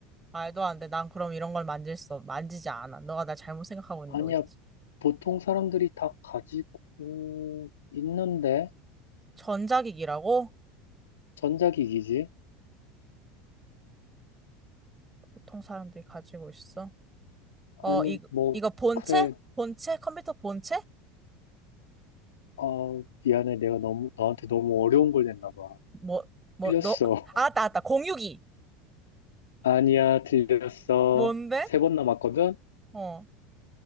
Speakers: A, on the right; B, on the left.
A: 말도 안 돼. 난 그럼 이런 걸 만질 수, 없- 만지지 않아. 너가 나 잘못 생각하고 있는
B: 아니야.
A: 거겠지.
B: 보통 사람들이 다 가지고 있는데
A: 전자기기라고?
B: 전자기기지?
A: 보통 사람들이 가지고 있어.
B: 아니
A: 어, 이,
B: 뭐
A: 이거 본체?
B: 그래
A: 본체? 컴퓨터 본체?
B: 어, 미안해. 내가 너무, 너한테 너무 어려운 걸 냈나 봐.
A: 뭐, 뭐,
B: 틀렸어.
A: 너, 알았다, 알았다. 공유기.
B: <laughs> 아니야, 틀렸어.
A: 뭔데?
B: 세 번 남았거든?
A: 어,